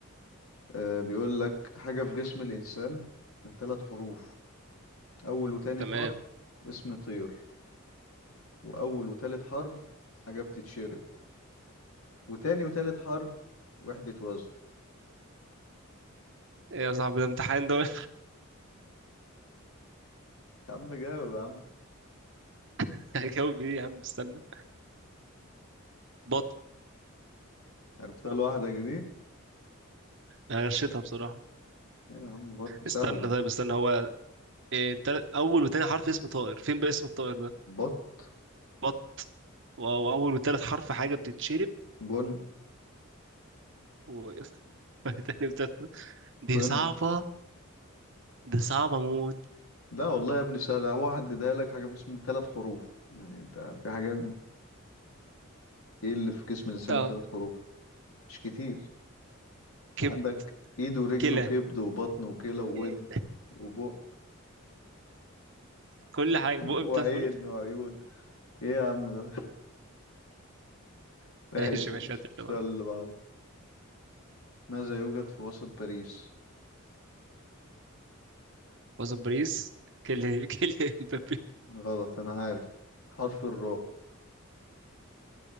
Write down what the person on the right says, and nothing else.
تمام
ايه يا صاحبي ده امتحان ده ولا
<laughs> هجاوب ايه يا عم استنى بطن
أنا غشيتها بصراحه
استنى طيب استنى هو إيه، تل- اول وتاني حرف اسم طائر فين بقى اسم الطائر ده
بط واول وتالت حرف حاجه بتتشرب
و... <laughs> تاني وتالت دي
صعبه دي صعبه موت
اه
كب
كلى
إيه،
كل حاجه بقى
بتلات حروف
<laughs>
ماشي ماشي
هات اللي
بعده
وسط باريس كيليان كيليان مبابي